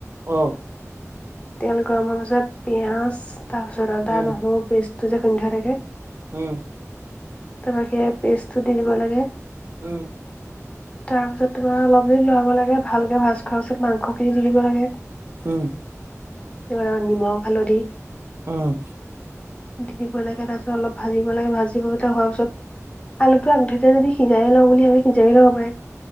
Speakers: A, on the right; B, on the left.
A: অ
B: তেল গৰম হোৱাৰ পিছত পিয়াজ তাৰ পাছত আদা
A: উম
B: নহৰু পেষ্টটো যে খুন্দি থোৱা থাকে।
A: উম
B: তাৰ পা সেইয়া পেষ্টটো দি দিব লাগে।
A: উম
B: <inaudible> তাৰপিছত তোমাৰ অলপ দেৰি লৰাব লাগে ভালকে ভাজ খোৱাৰ পিছত মাংসখিনি দি দিব লাগে।
A: উম
B: এইবাৰ অলপ নিমখ হালধি
A: উম
B: দি দিব লাগে তাৰ পিছত অলপ ভাজিব লাগে ভাজিবতে হোৱাৰ পিছত। আলুটো আগধৰিতে যদি সিজাই লওঁ বুলি ভাবি সিজাই ল'ব পাৰে।